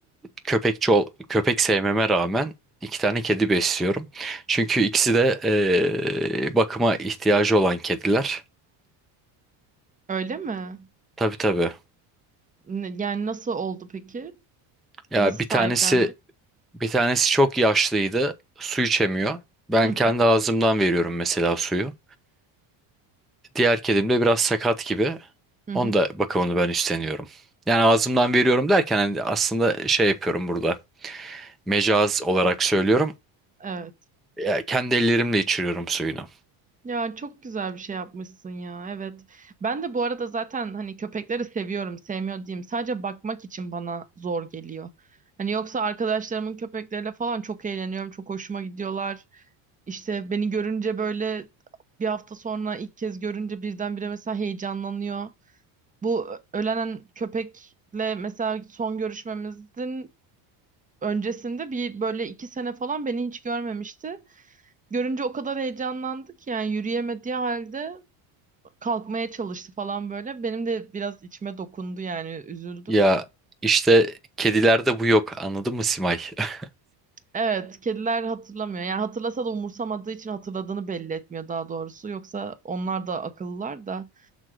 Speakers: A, in the centre; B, on the right.
A: köpekçi ol- köpek sevmeme rağmen iki tane kedi besliyorum. Çünkü ikisi de e, bakıma ihtiyacı olan kediler.
B: Öyle mi?
A: Tabii tabii.
B: Ne- Yani nasıl oldu peki?
A: Ya
B: Nasıl
A: bir
B: sahiplendi?
A: tanesi Bir tanesi çok yaşlıydı. Su içemiyor. Ben
B: Hı hı
A: kendi ağzımdan veriyorum mesela suyu. Diğer kedim de biraz sakat gibi.
B: hı hı.
A: Onun da bakımını ben üstleniyorum. Yani ağzımdan veriyorum derken hani aslında şey yapıyorum burada. Mecaz olarak söylüyorum.
B: Evet.
A: Ya kendi ellerimle içiriyorum suyunu.
B: Ya çok güzel bir şey yapmışsın ya. Evet. Ben de bu arada zaten hani köpekleri seviyorum, sevmiyor diyeyim. Sadece bakmak için bana zor geliyor. Hani yoksa arkadaşlarımın köpekleriyle falan çok eğleniyorum, çok hoşuma gidiyorlar. İşte beni görünce böyle bir hafta sonra ilk kez görünce birdenbire mesela heyecanlanıyor. Bu ölenen köpekle mesela son görüşmemizin öncesinde bir böyle iki sene falan beni hiç görmemişti. Görünce o kadar heyecanlandık yani yürüyemediği halde kalkmaya çalıştı falan böyle. Benim de biraz içime dokundu yani üzüldüm.
A: Ya işte kedilerde bu yok. Anladın mı Simay? <laughs>
B: Evet, kediler hatırlamıyor. Yani hatırlasa da umursamadığı için hatırladığını belli etmiyor daha doğrusu. Yoksa onlar da akıllılar da.